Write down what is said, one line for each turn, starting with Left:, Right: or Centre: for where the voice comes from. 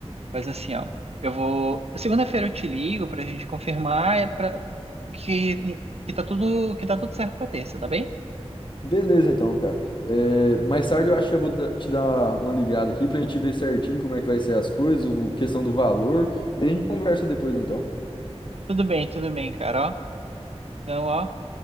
Right: Faz assim, ó. Eu vou. Segunda-feira eu te ligo pra gente confirmar é pra... que... que tá tudo... que tá tudo certo pra terça, tá bem?
Left: Beleza, então, cara. É, mais tarde eu acho que eu vou da- te dar uma ligada aqui pra gente ver certinho como é que vai ser as coisas, o- questão do valor. Daí a gente conversa depois, então.
Right: Tudo bem, tudo bem, cara, ó. Então, ó,